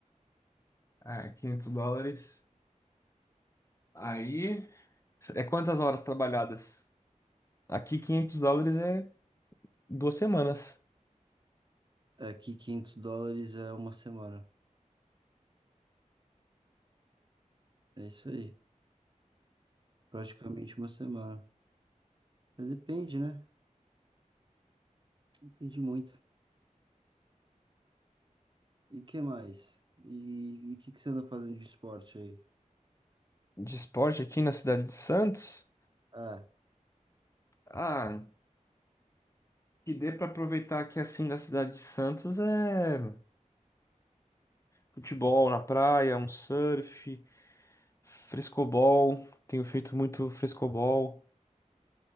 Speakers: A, on the left; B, on the right.
A: É, 500 dólares. Aí. É quantas horas trabalhadas? Aqui, 500 dólares é duas semanas
B: Aqui quinhentos dólares é uma semana. É isso aí. Praticamente uma semana. Mas depende, né? Depende muito. E que mais? E o que, que você anda fazendo de esporte aí?
A: de esporte aqui na cidade de Santos.
B: Ah,
A: Ah, que dê para aproveitar aqui assim da cidade de Santos é futebol na praia, um surf, frescobol. Tenho feito muito frescobol.